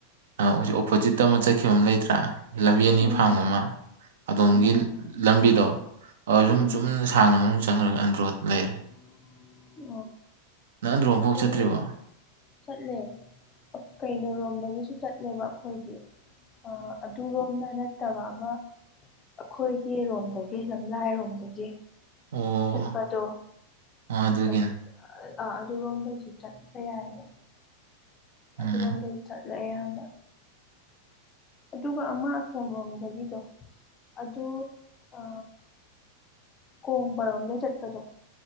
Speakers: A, on the right (about 55°); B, on the left (about 25°).
A: ꯑ ꯍꯧꯖꯤꯛ ꯑꯣꯄꯣꯖꯤꯠꯇ ꯑꯃ ꯆꯠꯈꯤꯕ ꯑꯃ ꯂꯩꯇ꯭ꯔꯥ ꯂꯝꯕꯤ ꯑꯅꯤ
B: ꯎꯝ
A: ꯐꯥꯡꯕ ꯑꯃ꯫ ꯑꯗꯣꯝꯒꯤ
B: ꯎꯝ
A: ꯂꯝꯕꯤꯗꯣ ꯑꫭ ꯁꯨꯝ
B: ꯎꯝ
A: ꯆꯨꯝꯅ ꯁꯥꯡꯅ ꯃꯅꯨꯡ ꯆꯪꯔꯒ ꯑꯟꯗ꯭ꯔꯣ ꯂꯩꯔꯦ꯫
B: <unintelligible>
A: ꯅꯪ ꯑꯟꯗ꯭ꯔꫭ
B: ꯑꯩꯈꯣꯏꯅ
A: ꯐꯥꯎ ꯆꯠꯇ꯭ꯔꯤꯕꫭ꯫
B: ꯆꯠꯂꯦ ꯀꯩꯅꫭꯔꯣꯝꯗꯒꯤꯁꯨ ꯆꯠꯂꯦꯕ ꯑꯈꯣꯏꯗꯤ꯫ ꯑ ꯑꯗꯨꯔꯣꯝꯗ ꯅꯠꯇꯕ ꯑꯃ ꯑꯩꯈꯣꯏꯒꯤꯔꯣꯝꯗꯒꯤ ꯂꯝꯂꯥꯏꯔꯣꯝꯗꯒꯤ꯫
A: ꯑꯣ
B: ꯆꯠꯄꯗꯣ
A: ꯑꯣ ꯑꯗꯨꯒꯤꯅꯤ
B: ꯀ ꯑ ꯑꯥ ꯑꯗꯨ ꯔꯣꯝꯝꯗꯩꯁꯨ ꯆꯠꯄ ꯌꯥꯏꯑꯦꯕ꯫
A: ꯎꯝ
B: ꯑꯗꯨꯔꯣꯝꯗꯩ ꯆꯠꯂꯦ ꯑꯌꯥꯝꯕ꯫ ꯑꯗꯨꯒ ꯑꯃ ꯑꯁꯣꯝ ꯔꯣꯝꯗꯒꯤꯗꯣ꯫ ꯑꯗꯨ ꯑ ꯀꯣꯡꯕꯔꯣꯝꯗꯩ ꯆꯠꯄꯗꯣ꯫